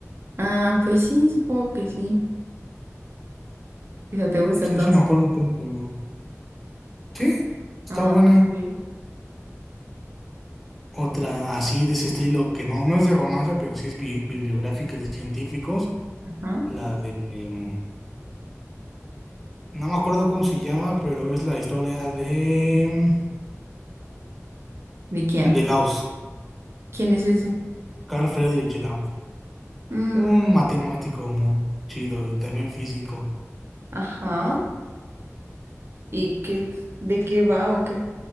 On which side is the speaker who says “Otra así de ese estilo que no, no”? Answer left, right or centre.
Centre